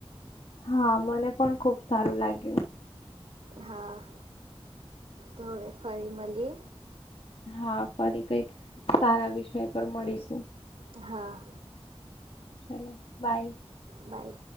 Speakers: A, on the left; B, on the right.
A: હા મને પણ ખુબ સારું લાગ્યું.
B: હા. તો હવે ફરી મળીએ.
A: હા ફરી કંઈક સારા વિષય પર મળીશું.
B: હા.
A: ચલો બાાય.
B: બાય.